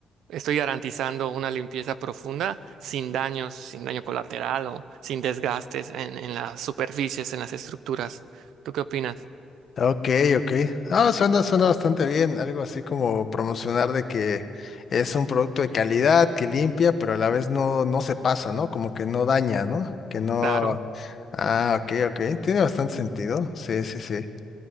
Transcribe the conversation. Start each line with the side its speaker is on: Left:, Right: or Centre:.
Right: estoy garantizando una limpieza profunda sin daños, sin daño colateral o sin desgastes en, en las superficies, en las estructuras. ¿Tú qué opinas?
Left: Ok, ok. Ah, suena, suena bastante bien. Algo así como promocionar de que es un producto de calidad, que limpia, pero a la vez no, no se pasa, ¿no? Como que no daña, ¿no? Que no.
Right: Claro.
Left: Ah, ok, ok. Tiene bastante sentido. Sí, sí, sí.